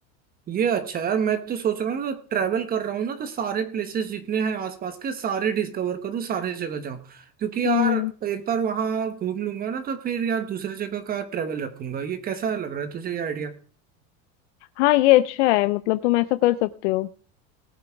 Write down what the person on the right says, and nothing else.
ये अच्छा है यार मैं तो सोच रहा हूँ ना तो ट्रैवल कर रहा हूँ ना तो सारे प्लेसेस जितने हैं आसपास के सारे डिस्कवर करूँ सारे जगह जाऊँ क्योंकि
यार एक बार वहाँ घूम लूंगा ना तो फिर यार दूसरे जगह का ट्रैवल रखूंगा ये कैसा लग रहा है तुझे ये आइडिया